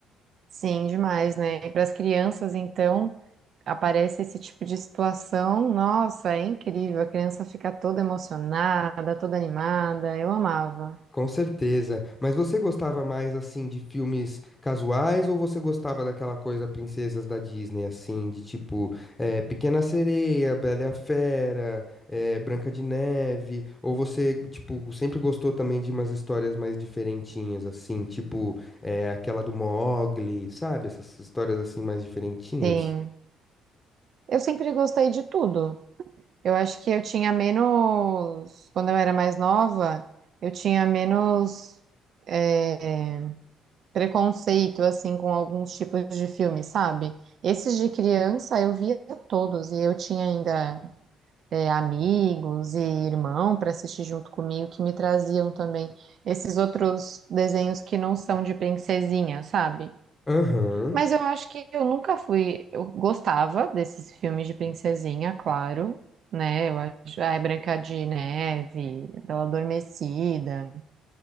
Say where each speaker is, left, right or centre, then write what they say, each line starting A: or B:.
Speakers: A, on the right; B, on the left.
A: Sim, demais, né? E para as crianças, então, aparece esse tipo de situação, nossa, é incrível. A criança fica toda emocionada, toda animada. Eu amava.
B: Com certeza. Mas você gostava mais assim de filmes casuais ou você gostava daquela coisa princesas da Disney assim, de tipo eh, Pequena Sereia, Bela e a Fera, eh, Branca de Neve? Ou você tipo sempre gostou também de umas histórias mais diferentinhas assim, tipo eh, aquela do Mogli, sabe? Essas histórias assim mais diferentinhas?
A: Sim. Eu sempre gostei de tudo. Eu acho que eu tinha menos. Quando eu era mais nova, eu tinha menos é, preconceito, assim, com alguns tipos de filme, sabe? Esses de criança eu via todos, e eu tinha ainda é, amigos e irmão para assistir junto comigo que me traziam também esses outros desenhos que não são de princesinha, sabe?
B: Aham.
A: Mas eu acho que eu nunca fui. Eu gostava desses filmes de princesinha, claro, né? Eu acho. Ah, é Branca de Neve, Bela Adormecida.